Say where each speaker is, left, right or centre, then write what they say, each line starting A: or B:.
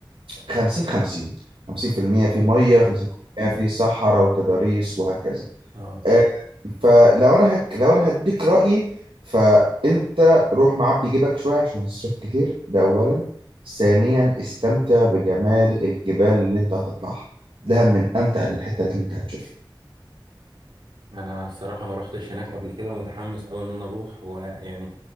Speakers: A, on the right (about 85°); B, on the right (about 70°).
A: 50 50 50% في المية
B: بمعنى
A: في ميه 50% في المية في صحراء وتضاريس وهكذا
B: اه
A: آه، فلو انا هك... لو انا هديك رأيي فانت روح معبي جيبك شويه عشان هتصرف كتير ده اولا ثانيا استمتع بجمال الجبال اللي انت هتطلعها ده من امتع الحته اللي انت هتشوفها
B: انا الصراحه ما روحتش هناك قبل كده ومتحمس قوي ان انا اروح ويعني